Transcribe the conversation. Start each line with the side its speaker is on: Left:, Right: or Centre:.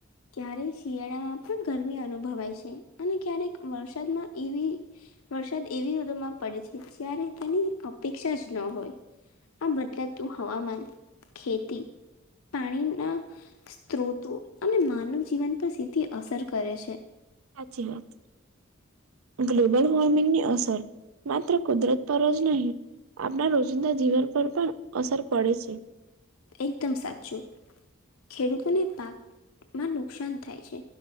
Left: ક્યારે શિયાળામાં પણ ગરમી અનુભવાય છે અને ક્યારેક વરસાદમાં એવી વરસાદ એવી ઋતુમાં પડે છે જ્યારે તેની અપેક્ષા જ ન હોય. આ બદલાતું હવામાન ખેતી પાણીના સ્ત્રોતો અને માનવ જીવન પર સીધી અસર કરે છે.
Right: હાચી વાત. ગ્લોબલ વોર્મિંગની અસર માત્ર કુદરત જ નહીં આપણા રોજિંદા જીવન પર પણ અસર પડે છે.
Left: એકદમ સાચું ખેડૂતોને પાક માં નુકસાન થાય છે